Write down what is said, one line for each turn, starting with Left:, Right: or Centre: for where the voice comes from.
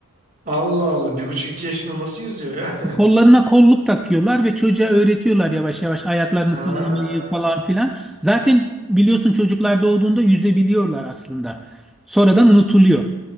Right: Allah Allah bir buçuk iki yaşında nasıl yüzüyor ya? <laughs>
Centre: Kollarına kolluk takıyorlar ve çocuğa öğretiyorlar yavaş yavaş ayaklarını
Right: Ha,
Centre: sallamayı falan filan. Zaten biliyorsun çocuklar doğduğunda yüzebiliyorlar aslında. Sonradan unutuluyor.